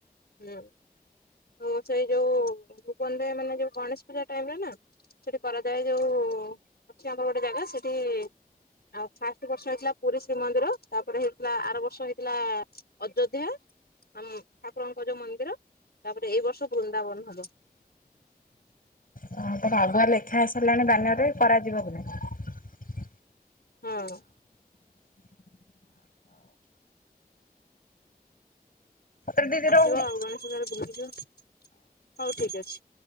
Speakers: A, on the left; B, on the left.
A: ହୁଁ ହଉ ସେଇ ଯୋଉ <unintelligible> ମାନେ ଯୋଉ ଗଣେଶ ପୂଜା ଟାଇମରେ ନା, ସେଠି କରାଯାଏ ଯୋଉ ଅଛି ଆମର ଗୋଟେ ଜାଗା ସେଠି ଠି ଆଉ ଫାଷ୍ଟ ବର୍ଷ ହେଇଥିଲା ପୁରୀ ଶ୍ରୀମନ୍ଦିର, ତାପରେ ହେଇଥିଲା ଆର ବର୍ଷ ହେଇଥିଲା ଅଯୋଧ୍ୟା ଆମ ଆପ୍ ଠାକୁରଙ୍କ ଯୋଉ ମନ୍ଦିର, ତାପରେ ଏଇ ବର୍ଷ ବୃନ୍ଦାବନ ହବ।
B: ହଁ ତାରେ ଆଗୁଆ ଲେଖା ହେଇସାରିଲାଣି ବ୍ୟାନିଅରରେ କରାଯିବ କି ନାଇଁ?
A: ହଁ।
B: ପତ୍ର ଦିଦି
A: ଆସିବ
B: ରହୁଛି
A: ଆଉ ଗଣେଶ ପୂଜାରେ ବୁଲିକି ଯିବ। ହଉ ଠିକ ଅଛି।